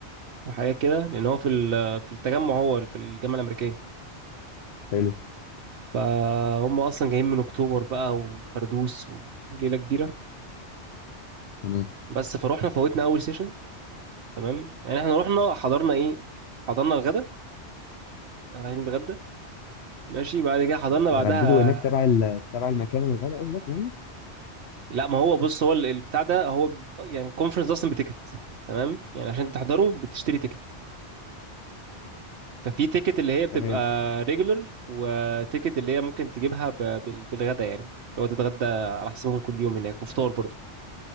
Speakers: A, on the right; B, on the left.
A: وحاجات كده لان هو في ال- في التجمع هو في الجامعه الامريكيه
B: حلو
A: فهم اصلا جايين من اكتوبر بقى وفردوس وليله كبيره
B: تمام
A: بس فروحنا فوتنا اول سيشن تمام يعني احنا رحنا حضرنا ايه حضرنا الغدا رايحين نتغدى ماشي بعد كده حضرنا بعدها
B: اتغديتوا هناك تبع ال- تبع المكان الغدا قصدك يعني
A: لا ما هو بص هو ال- البتاع ده هو ب- يعني الكونفرنس ده اصلا بتيكت تمام يعني عشان تحضره بتشتري تيكت ففي تيكت اللي هي بتبقى
B: تمام
A: ريجولر وتيكت اللي هي ممكن تجيبها ب- بال- بالغدا يعني اللي هو تتغدى على حسابهم كل يوم هناك وفطار برضه